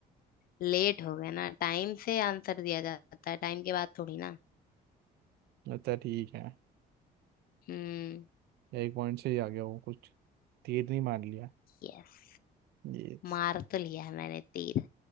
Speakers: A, on the left (about 60°); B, on the right (about 75°).
A: लेट हो गया ना टाइम से आंसर दिया जाता है टाइम के बाद थोड़ी ना
B: अच्छा ठीक है
A: हम्म
B: एक पॉइंट से ही आ गया वो कुछ तीर नहीं मार लिया
A: यस
B: ये
A: मार तो लिया है मैंने तीर